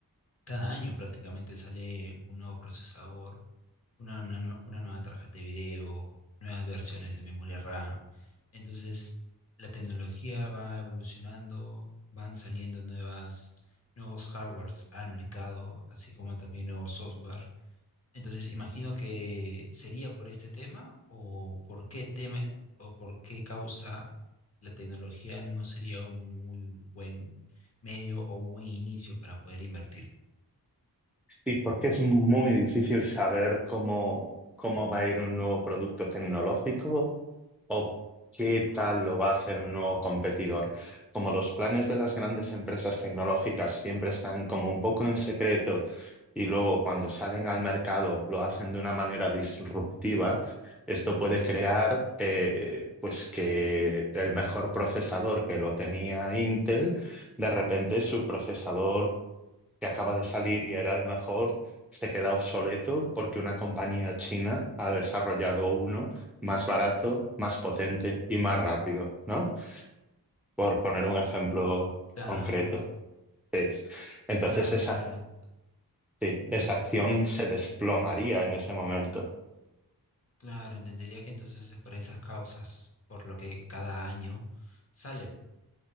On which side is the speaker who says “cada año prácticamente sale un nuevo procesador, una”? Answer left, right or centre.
Left